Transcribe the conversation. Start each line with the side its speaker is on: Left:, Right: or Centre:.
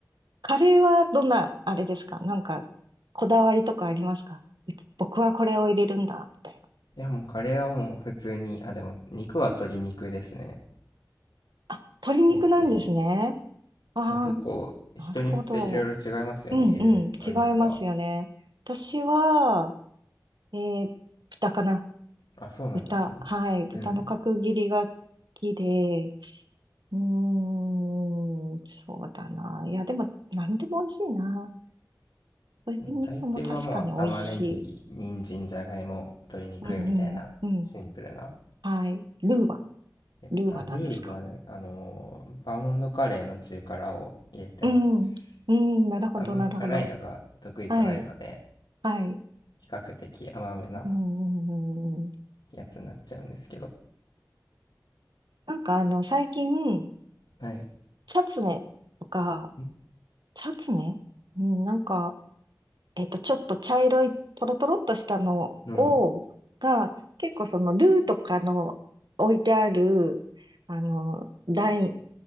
Right: カレーはどんな、あれですかなんか、こだわりとかありますかうち僕はこれを入れるんだ、みたいな。
Left: いや、もうカレーはもう普通に、あ、でも肉は鶏肉ですね。
Right: あ、鶏肉なんですね。
Left: 入って、
Right: ああ、
Left: あ結構人によっていろいろ違いますよね、
Right: なるほど。うんうん。
Left: 入れるお肉は。
Right: 違いますよね。私は、えー、豚かな
Left: あ、そうなんですね。
Right: 豚。はい。豚の角切りが好きで。
Left: うん。
Right: うーん、そうだな。いや、でも、なんでも美味しいな。鶏肉も確かに美味しい。
Left: でも大抵はまあ玉ねぎ、人参、じゃがいも、鶏肉みたいなシンプルな
Right: うん、うん、うん。はい。ルーは、
Left: やつ。
Right: ルーは何ですか
Left: あ、ルーはね、あのーバーモンドカレーの中辛を入れてます。
Right: うん、うん、なるほど、
Left: あんま辛いのが得意じゃないので、
Right: なるほど。はい、はい。
Left: 比較的甘めな
Right: うん、うんうん
Left: やつになっちゃうんですけど。
Right: なんか、あの、最近、
Left: はい。
Right: チャツネとか、
Left: ん
Right: チャツネうん、なんか、えっと、ちょっと茶色いトロトロっとしたのを、
Left: うん。
Right: が、結構そのルーとかの置いてある、あの、台、